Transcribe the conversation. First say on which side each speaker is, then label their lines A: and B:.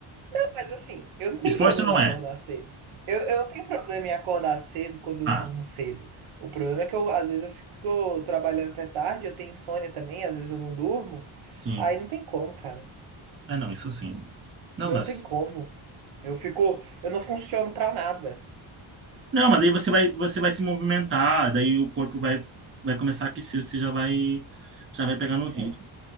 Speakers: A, on the right (about 85°); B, on the right (about 25°).
A: Não, mas assim, eu não tenho
B: O esforço
A: problema
B: não
A: em acordar
B: é.
A: cedo. Eu, eu não tenho problema em acordar cedo quando eu
B: Ah,
A: durmo cedo. O problema é que eu, às vezes eu fico trabalhando até tarde, eu tenho insônia também, às vezes eu não durmo.
B: sim.
A: Aí não tem como, cara.
B: É, não, isso sim. Não,
A: Não
B: mas
A: tem como. Eu fico, eu não funciono pra nada.
B: Não, mas aí você vai, você vai se movimentar, daí o corpo vai, vai começar a aquecer, você já vai, já vai pegar no ritmo.
A: É.